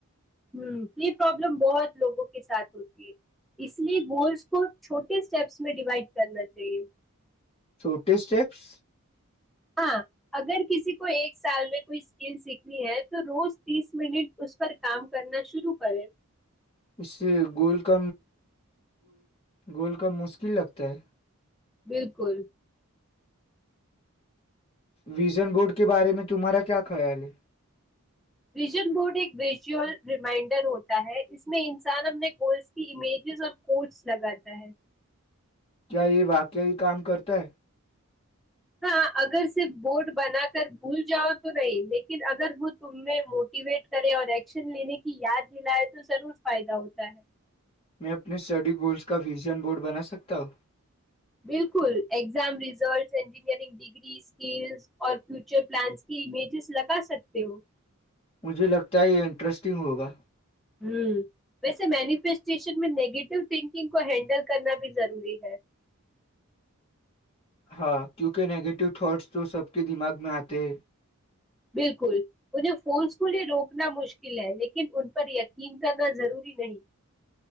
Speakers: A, in the centre; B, on the left.
A: ہ تو یہ پرابلم بہت لوگوں کے ساتھ ہوتی ہے اس لیے گولس کو چھوٹے اسٹیپس میں ڈیوائڈ کرنا چاہیے
B: چھوٹے اسٹیپس
A: ہاں اگر کسی کو ایک سال میں کوئی اسکل سیکھنی ہے تو روز تیس منٹ اس پر کام کرنا شروع کرے
B: اس سے گ گول کا مشکل لگتا ہے
A: بالکل
B: ویژن بورڈ کے بارے میں تمہارا کیا خیال ہے
A: ویژن بورڈ ایک ویژئل ریمائنڈر ہوتا ہے اس میں انسان اپنے گولز کی امیجز اور کوڈز لگاتا ہے
B: کیا یہ واقعی کام کرتا ہے
A: ہاں اگر صرف بورڈ بنا کر بھول جاؤ تو نہیں لیکن اگر وہ تم میں موٹیویٹ کرے اور ایکشن لینے کی یاد دلائے تو ضرور فائدہ ہوتا ہے
B: میں اپنے اسٹڈی گولز کا ویژن بورڈ بنا سکتا ہوں
A: بالکل exam result engineering degree skills اور فیوچر پلانز کی امیجز لگا سکتے ہو
B: مجھے لگتا ہے یہ انٹرسٹنگ ہوگا
A: ہ ویسے مینیفیسٹیشن میں نیگیٹو تھنکنگ کو ہینڈل کرنا بھی ضروری ہے
B: ہاں کیونکہ نیگیٹو تھاٹس تو سب کے دماغ میں آتے ہیں
A: بالکل انہیں فونس کو لئے روکنا مشکل ہے لیکن ان پر یقین کرنا ضروری نہیں